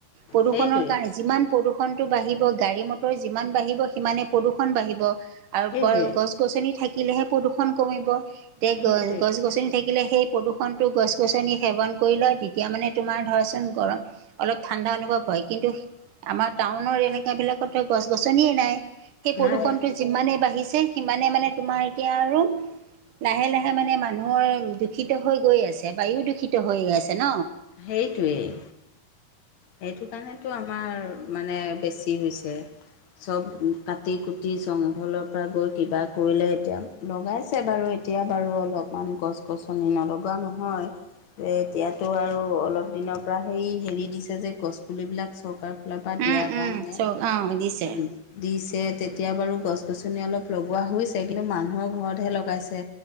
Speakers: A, on the right; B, on the left.
A: প্ৰদূষণৰ
B: সেইটোৱে
A: কাৰ যিমান প্ৰদূষণটো বাঢ়িব গাড়ী মটৰ যিমান বাঢ়িব সিমানে প্ৰদূষণ বাঢ়িব। আৰু
B: সেইটোৱে
A: গছ গছনি থাকিলেহে প্ৰদূষণ কমিব, এতিয়া
B: সেইটোৱে
A: গ গছ গছনি থাকিলে সেই প্ৰদূষণটো গছ গছনি সেৱন কৰি লয়। তেতিয়া মানে তোমাৰ ধৰাচোন গৰম অলপ ঠাণ্ডা অনুভৱ হয়, কিন্তু আমাৰ টাউনৰ এনেকা বিলাকতটো গছ গছনিয়ে নাই। সেই প্ৰদূষণটো
B: নাই
A: যিমানে বাঢ়িছে সিমানে মানে তোমাৰ এতিয়া আৰু লাহে লাহে মানে মানুহৰ দূষিত হৈ গৈয়ে আছে। বায়ু দূষিত হৈ আছে ন?
B: সেইটোৱেই, সেইটো কাৰণেটো আ আমাৰ মানে বেছি হৈছে। চব কাটি কুটি জংঘলৰ পৰা গৈ কিবা কৰিলে এতিয়া। লগাইছে বাৰু এতিয়া বাৰু অলপমান গছ গছনি নলগোৱা নহয়। এ এতিয়াতো আৰু অলপ দিনৰ পৰা সেই হেৰি দিছে যে গছপুলিবিলাক চৰকাৰ ফালৰ পৰা দিয়াৰ
A: উম উম
B: কাৰণে
A: চক অ দিছে
B: উম। দিছে তেতিয়া বাৰু গছ -গছনি অলপ লগোৱা হৈছে কিন্তু মানুহৰ ঘৰতহে লগাইছে।